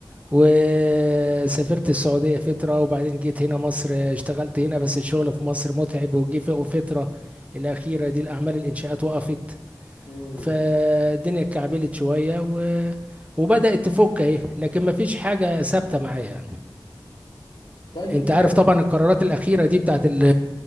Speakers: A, on the right (about 15°); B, on the left (about 60°).
A: وسافرت السعودية فترة وبعدين جيت هنا مصر اشتغلت هنا بس الشغل في مصر متعب وجي في فترة الأخيرة دي الأعمال الإنشاءات وقفت
B: امم
A: فالدنيا اتكعبلت شوية و... وبدأت تفك اهي لكن ما فيش حاجة ثابتة معايا يعني
B: طيب
A: انت
B: حلو
A: عارف طبعا القرارات الأخيرة دي بتاعت ال...